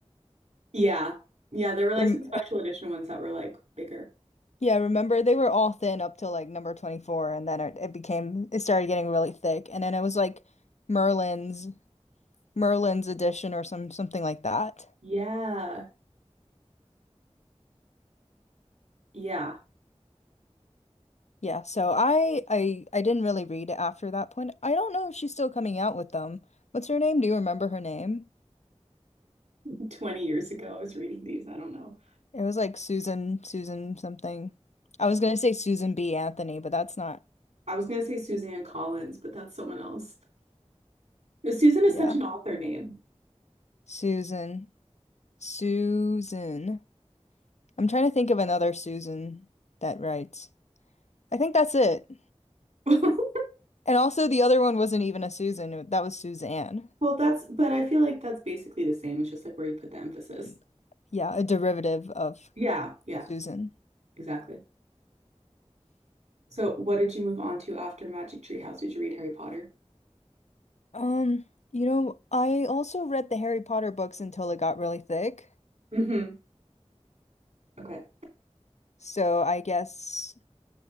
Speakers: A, on the right; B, on the left.
A: Yeah. Yeah, there were like
B: Rem
A: some special edition ones that were like bigger.
B: yeah, remember they were all thin up till like number 24 and then it, it became it started getting really thick and then it was like Merlin's Merlin's edition or some something like that.
A: Yeah. Yeah.
B: Yeah, so I I I didn't really read it after that point. I don't know if she's still coming out with them. What's her name? Do you remember her name?
A: <laughs> 20 years ago, I was reading these. I don't know.
B: It was like Susan, Susan something. I was gonna say Susan B. Anthony, but that's not.
A: I was gonna say Suzanne Collins, but that's someone else. Susan is
B: Yeah.
A: such an author name.
B: Susan. Susan. I'm trying to think of another Susan that writes. I think that's it.
A: <laughs>
B: And also the other one wasn't even a Susan, it- that was Suzanne.
A: Well, that's, but I feel like that's basically the same. It's just like where you put the emphasis.
B: And yeah, a derivative of
A: Yeah, yeah,
B: Susan.
A: exactly. So, what did you move on to after Magic Tree House? Did you read Harry Potter?
B: Um, you know, I also read the Harry Potter books until it got really thick.
A: Mm-hmm. Okay.
B: So I guess